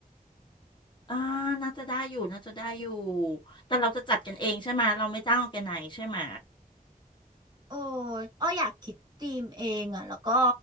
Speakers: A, on the left; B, on the right.
A: อ่าน่าจะได้อยู่น่าจะได้อยู่แต่เราจะจัดกันเองใช่ไหมเราไม่จ้างออร์แกไนซ์ใช่ไหม
B: โอ้อ้ออยากคิดธีมเองอ่ะแล้วก็